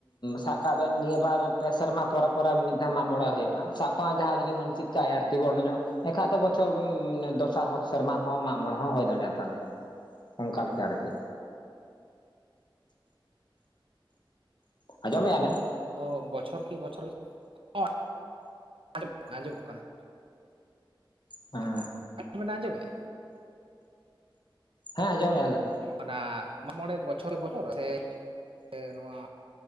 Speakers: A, on the left (about 55°); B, on the right (about 80°).
A: ᱥᱟᱵ ᱠᱟᱜ ᱵᱮᱱ ᱱᱤᱭᱟᱹ ᱵᱟᱨ ᱯᱮ ᱥᱮᱨᱢᱟ ᱯᱚᱨᱮ ᱯᱚᱨᱮ ᱢᱤᱫ ᱫᱷᱟᱣ ᱢᱟᱜᱽ ᱢᱚᱬᱮ ᱦᱩᱭᱩᱜᱼᱟ᱾ ᱥᱟᱵ ᱠᱟᱜ ᱢᱮ ᱡᱟᱦᱟᱸᱭ ᱡᱩᱫᱤ ᱢᱟᱹᱱᱥᱤᱠ <unintelligible> ᱮᱱᱠᱷᱟᱡ ᱫᱚ ᱵᱚᱪᱷᱚᱨ ᱫᱚᱥᱟᱨ ᱦᱚᱸ ᱥᱮᱨᱢᱟ ᱦᱚᱸ ᱢᱟᱜᱽ ᱢᱚᱬᱮ ᱦᱚᱸ ᱦᱩᱭ ᱫᱟᱲᱮᱭᱟᱛᱟᱞᱮ᱾ ᱚᱱᱠᱟ ᱞᱮᱠᱟ ᱟᱨᱠᱤ ᱟᱸᱡᱚᱢᱮᱭᱟ ᱟᱵᱮᱱ?
B: ᱛᱚ ᱵᱚᱪᱷᱚᱨ ᱠᱤ ᱵᱚᱪᱷᱚᱨ <unintelligible> ᱟᱸᱡᱚᱢᱚᱜ ᱠᱟᱱᱟ᱾
A: ᱦᱮᱸ
B: <unintelligible> ᱵᱮᱱ ᱟᱡᱚᱢᱮ-ᱟ
A: ᱦᱮᱸ ᱟᱸᱡᱚᱢᱮᱭᱟ ᱞᱮ
B: ᱚᱱᱟ ᱢᱟᱜᱽ ᱢᱚᱬᱮ ᱵᱚᱪᱷᱚᱨ ᱵᱚᱪᱷᱚᱨ ᱥᱮ ᱱᱚᱣᱟ